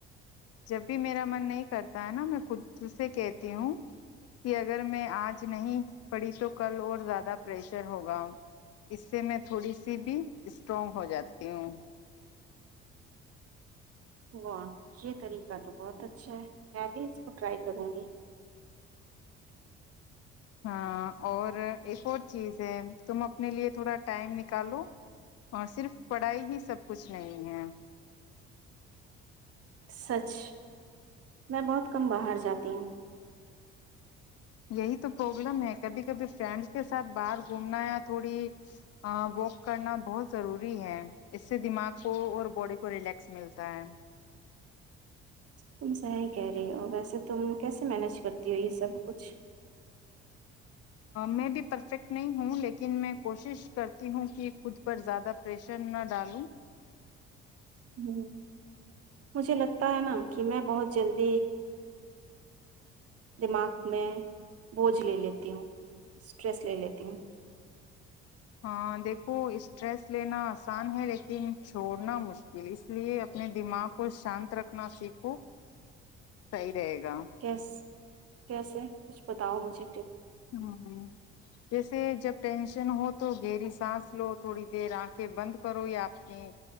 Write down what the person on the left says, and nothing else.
جب بھی میرا من نہیں کرتا تا نا میں خود سے کہتی ہوں کہ اگر میں آج نہیں پڑی تو کل اور زیادہ پریشر ہوگا اس سے میں تھوڑی سی بھی اسٹرانگ ہو جاتی ہوں
ہاں اور ایک اور چیز ہے تم اپنے لیے تھوڑا ٹائم نکالو اور صرف پڑھائی ہی سب کچھ نہیں ہے
یہی تو پرابلم ہے کبھی کبھی فرینڈس کے ساتھ باہر گھومنا یا تھوڑی واک کرنا بہت ضروری ہے اس سے دماغ کو اور باڈی کو ریلیکس ملتا ہے
میں بھی پرفیکٹ نہیں ہوں لیکن میں کوشش کرتی ہوں کہ خود پر زیادہ پریشر نہ ڈالوں
ہاں دیکھو اسٹریس لینا آسان ہے لیکن چھوڑنا مشکل اس لیے اپنے دماغ کو شانت رکھنا سیکھو رہے گا
ہاں <unintelligible> جیسے جب ٹینشن ہو تو گھیری سانس لو تھوڑی دیر آنکھیں بند کرو یا آپ کی